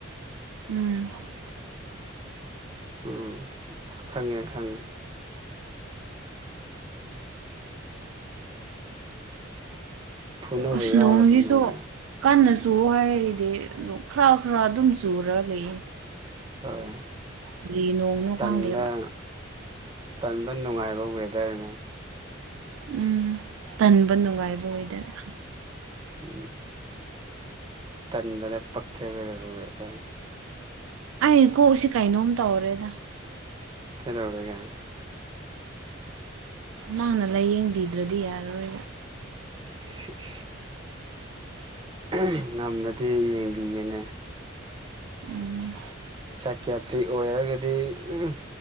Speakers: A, on the right; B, on the right.
A: ꯎꯝ
B: ꯎꯝ ꯈꯪꯉꯦ ꯈꯪꯉꯦ ꯐꯨꯅꯕ
A: ꯑꯁ
B: ꯌꯥꯎꯔꯕ
A: ꯅꯣꯡꯖꯤꯁꯨ
B: ꯅꯣꯏꯗ
A: ꯀꯟꯅ ꯆꯨ ꯍꯥꯏꯔꯤꯗꯤ ꯑꯗꯨ ꯈꯔ ꯈꯔ ꯑꯗꯨꯝ ꯆꯨꯔ ꯂꯩꯌꯦ
B: ꯍꯣꯏ
A: ꯀꯔꯤ ꯅꯣꯡꯅꯣ
B: ꯇꯟꯕ
A: ꯈꯪꯗꯦꯕ
B: ꯇꯟꯕ ꯅꯨꯡꯉꯥꯏꯕ ꯋꯦꯗꯔꯅꯦ
A: ꯎꯝ ꯇꯟꯕ ꯅꯨꯡꯉꯥꯏꯕ ꯋꯦꯗꯔ
B: ꯂꯧꯁꯤꯟꯕ ꯉꯝꯗꯕ ꯇꯟꯕꯗ ꯄꯛꯆꯒꯗꯕ ꯋꯦꯗꯔꯅꯦ
A: ꯑꯩ ꯀꯣꯛ ꯁꯤ ꯀꯩꯅꯣꯝ ꯇꯧꯔꯦꯗ
B: ꯀꯩꯗꯧꯔꯒꯦ
A: ꯃꯥꯅ ꯂꯥꯏꯌꯦꯡꯕꯤꯗ꯭ꯔꯗꯤ ꯌꯥꯔꯔꯣꯏꯕ
B: ꯁꯤ ꯏꯁ ꯑꯍ ꯉꯝꯃꯗꯤ ꯌꯦꯡꯕꯤꯒꯦꯅꯦ
A: ꯎꯝ
B: ꯁꯀꯤꯌꯥꯇ꯭ꯔꯤ ꯑꯣꯏꯔꯒꯗꯤ ꯎꯝ